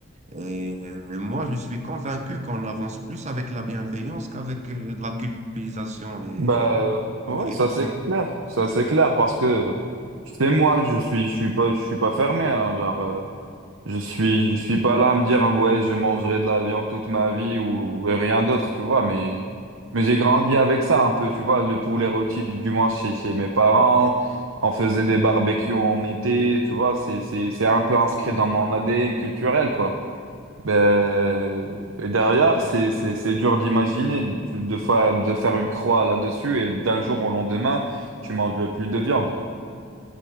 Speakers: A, on the right; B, on the right.
A: Et et moi, je suis convaincu qu'on avance plus avec la bienveillance qu'avec euh, de la culpabilisation et,
B: Bah ouais,
A: et
B: ça
A: tout
B: c'est
A: ça.
B: clair, ça c'est clair parce que tu sais moi, je suis je suis pas je suis pas fermé hein, genre euh, je suis je suis pas là à me dire hein, ouais, je mangerai de la viande toute ma vie ou, ou rien d'autre, tu vois, mais mais j'ai grandi avec ça un peu, tu vois, le poulet rôti du, du moins chez chez mes parents, on faisait des barbecues en été, tu vois, c'est c'est c'est un peu inscrit dans mon ADN culturel quoi. Ben, et derrière, c'est, c'est, c'est dur d'imaginer tu- de faire, de faire une croix là-dessus et d'un jour au lendemain, tu manges plus de viande.